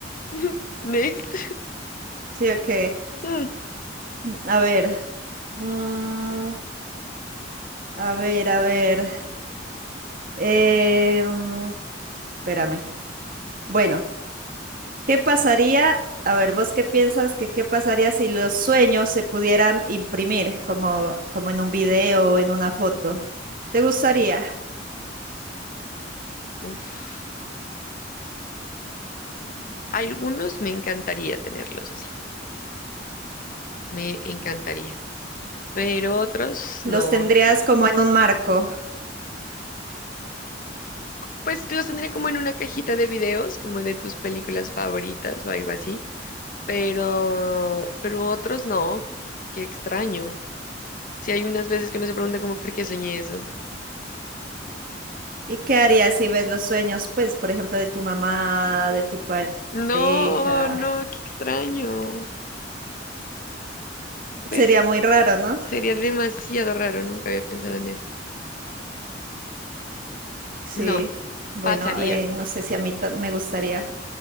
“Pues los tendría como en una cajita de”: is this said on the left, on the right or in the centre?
Left